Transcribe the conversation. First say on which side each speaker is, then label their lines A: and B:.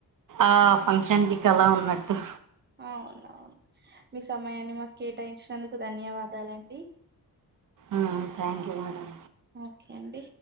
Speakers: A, on the right (about 60°); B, on the right (about 30°).
A: ఆ ఫంక్షన్ కి కళ ఉన్నట్టు
B: అవునవును మీ సమయాన్ని మాకు కేటాయించినందుకు ధన్యవాదాలండి
A: ఆ థ్యాంక్ యూ మేడం
B: ఓకే అండి